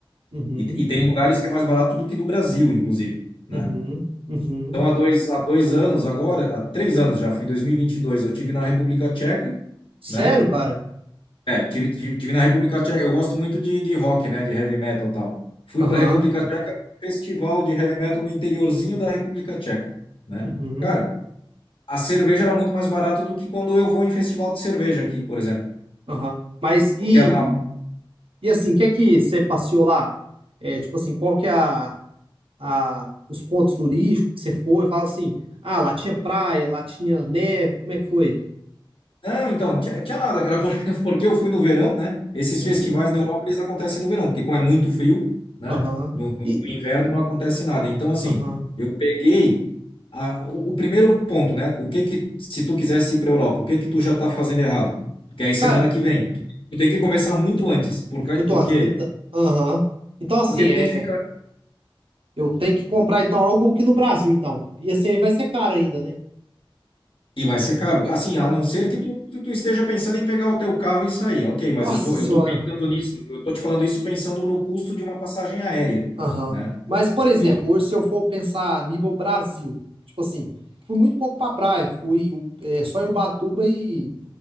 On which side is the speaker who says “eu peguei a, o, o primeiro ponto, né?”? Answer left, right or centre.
Left